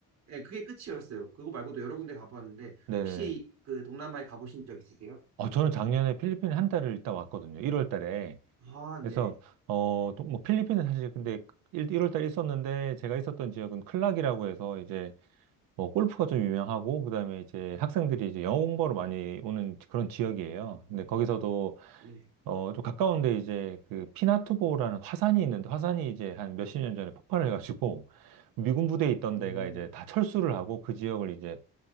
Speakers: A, on the right; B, on the right.
A: 예, 그게 끝이었어요. 그거 말고도 여러 군데 가봤는데
B: 네네.
A: 혹시 그 동남아에 가보신 적 있으세요?
B: 어, 저는 작년에 필리핀에 한 달을 있다 왔거든요. 1월 달에.
A: 아,
B: 그래서,
A: 네,
B: 어, 또 뭐, 필리핀은 사실 근데 1, 월 달에 있었는데, 제가 있었던 지역은 클락이라고 해서 이제 뭐, 골프가 좀 유명하고, 그 다음에 이제 학생들이 이제 영어 공부하러 많이 오는 그런 지역이에요. 근데 거기서도
A: 네,
B: 어, 좀 가까운데 이제 그 피나투보라는 화산이 있는데 화산이 이제 한 몇십 년 전에 폭발을 해가지고 미군 부대에 있던
A: 음,
B: 데가 이제 다 철수를 하고 그 지역을 이제